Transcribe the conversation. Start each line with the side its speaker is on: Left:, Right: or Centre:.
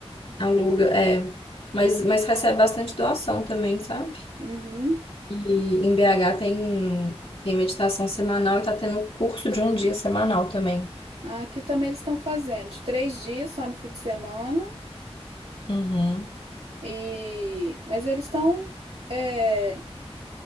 Left: aluga, é. Mas, mas recebe bastante doação também, sabe?
Right: Uhum.
Left: E em BH tem, tem meditação semanal e tá tendo curso de um dia semanal também.
Right: Aqui também eles estão fazendo de três dias só no fim de semana
Left: Uhum.
Right: e mas eles estão é,